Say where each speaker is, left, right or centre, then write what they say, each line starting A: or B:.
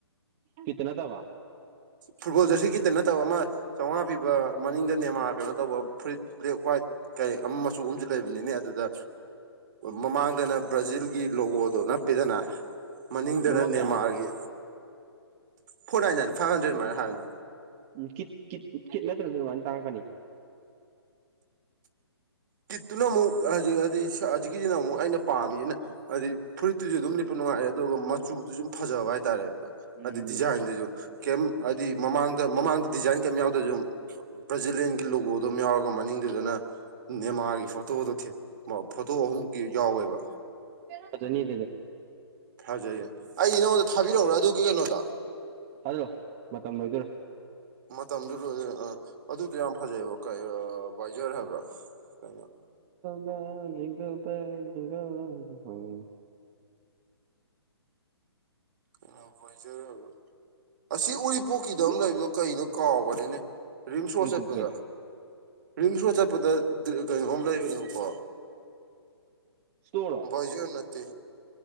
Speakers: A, on the right (about 30°); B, on the right (about 45°).
A: ꯀꯇꯅ ꯊꯋꯥ
B: ꯐꯨꯠꯕꯣꯜꯗꯁꯤ ꯀꯈꯤꯇ ꯅ ꯇꯕ ꯑꯃ ꯆꯥꯝꯃꯉꯥ ꯄꯤꯕ ꯃꯅꯤꯡꯗ ꯅꯦꯃꯥ ꯀꯩꯅꯣ ꯇꯧꯕ ꯐꯨꯔꯤꯠ ꯕ꯭ꯂꯦꯛ ꯋꯥ꯭ꯋꯥꯏꯠ ꯀꯩꯔꯦꯛ ꯑꯃ ꯃꯆꯨꯒꯨꯝ ꯂꯩꯕꯅꯤꯅꯦ ꯑꯗꯨꯗ ꯃꯃꯥꯡꯗꯅ ꯕ꯭ꯔꯥꯖꯤꯜꯒꯤ ꯂꯣꯒꯣꯗꯣ ꯅꯞꯄꯤꯦꯗꯅ ꯃꯅꯤꯡꯗꯅ
A: ꯂꯨꯄꯥ ꯀꯌꯥ
B: ꯅꯦꯃꯥꯔꯒꯤ
A: <inaudible>
B: ꯐꯣꯔꯟ ꯐꯥꯏꯚ ꯍꯥꯟ꯭ꯔꯦ ꯃ ꯍꯟꯦ
A: ꯎ ꯀ ꯀ ꯀꯠꯂ ꯇ꯭ꯔꯦ ꯑꯗꯨ ꯇꯥꯡꯀꯅꯤ
B: ꯀꯤꯠꯇꯨꯅ ꯑꯃꯨꯛ ꯍꯧꯖꯤꯛ ꯍꯥꯏꯗꯤ ꯍꯧꯖꯤꯛꯀꯤꯁꯤꯅ ꯑꯃꯨꯛ ꯑꯩꯅ ꯄꯥꯝꯃꯤꯁꯤꯅ ꯍꯥꯏꯗꯤ ꯐꯨꯔꯤꯠꯇꯨꯁꯨ ꯑꯗꯨꯝ ꯅꯨꯡꯉꯥꯏꯔꯦ ꯑꯗꯨꯒ ꯃꯆꯨꯗꯨ ꯁꯨꯝ ꯐꯖꯕ ꯍꯥꯏꯇꯥꯔꯦꯕ
A: ꯎꯝ
B: ꯍꯥꯏꯗꯤ ꯗꯤꯖꯥꯏꯟꯗꯨꯁꯨ ꯀꯩꯝ ꯍꯥꯏꯗꯤ ꯃꯃꯥꯡ ꯃꯃꯥꯡꯗ ꯗꯤꯖꯥꯏꯟ ꯀꯩꯝ ꯌꯥꯎꯗꯣꯏꯁꯨ ꯕ꯭ꯔꯥꯖꯤꯂꯤꯂꯤꯌꯥꯦꯟꯒꯤ ꯂꯣꯒꯣꯗꯨꯝ ꯌꯥꯎꯔꯒ ꯃꯅꯤꯡꯗꯣꯏꯗꯅ ꯅꯦ ꯃꯥꯥꯒꯤ ꯐꯣꯇꯣꯣ ꯊꯦꯠ ꯐꯣꯇꯣ ꯑꯍꯨꯝꯃꯨꯛꯀꯤ ꯌꯥꯎꯋꯦꯕ
A: ꯐꯖꯅꯤ ꯑꯗꯨꯗꯤ
B: ꯊꯥꯖꯩꯌꯦꯦ ꯑꯩ ꯅꯪꯉꯣꯟꯗ ꯊꯥꯕꯤꯔꯛꯎꯔꯥ ꯑꯗꯨꯒꯤ ꯀꯩꯅꯣꯗ
A: ꯊꯥꯖꯤꯜꯂꯣ ꯃꯇꯝ ꯂꯣꯏꯗꯣꯔꯦ
B: ꯃꯇꯝꯗꯨ ꯑꯗꯨ ꯑ ꯑꯗꯨꯗꯣ ꯌꯥꯝ ꯐꯖꯩ ꯕ ꯀꯩ ꯚꯥꯏꯖꯔ ꯍꯥꯏꯕ꯭ꯔꯥ ꯀꯩꯅꯣ
A: <unintelligible>
B: ꯀꯩꯅꯣ ꯚꯥꯏꯖꯔ ꯍꯥꯏꯕꯨ ꯑꯁꯤ ꯎꯔꯤꯄꯣꯛꯀꯤꯗ
A: ꯎꯏ
B: ꯑꯃ ꯂꯩꯕꯗꯣ ꯀꯩꯅꯣ ꯀꯥꯎꯒ꯭ꯔꯥꯅꯦ ꯔꯤꯝꯁ
A: ꯎꯔꯤꯄꯣꯛꯇꯣ
B: ꯔꯣꯠ ꯆꯠꯄꯗ
A: ꯀꯩꯅꯣ
B: ꯔꯤꯝ ꯔꯣꯠ ꯆꯠꯄꯗ ꯀꯩꯅꯣꯝ ꯂꯩꯕꯅꯦꯕꯀꯣ
A: ꯏꯁꯇꯣꯔꯔꯣ
B: ꯚꯥꯏꯖꯔ ꯅꯠꯇꯦ